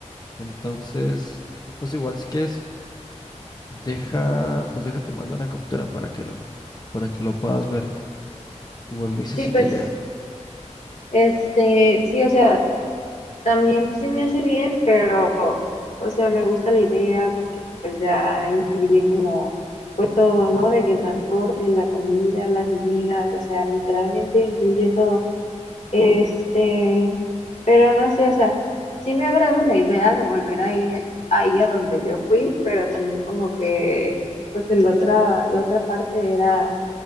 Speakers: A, on the left (about 35°); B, on the left (about 75°).
A: Entonces, pues igual si quieres Deja, pues déjate mando una captura para que lo, para que lo puedas ver. Igual me dices
B: sí,
A: si
B: pues,
A: te llega.
B: este, sí, o sea, también sí me hace bien, pero, o sea, me gusta la idea porque pues ya incluye como, pues todo, ¿no? De que el transporte, la comida, las bebidas, o sea, literalmente incluye todo. Este, pero no sé, o sea, sí me agrada la idea de volver ahí, ahí a donde yo fui, pero también como que, pues la otra, la otra parte era,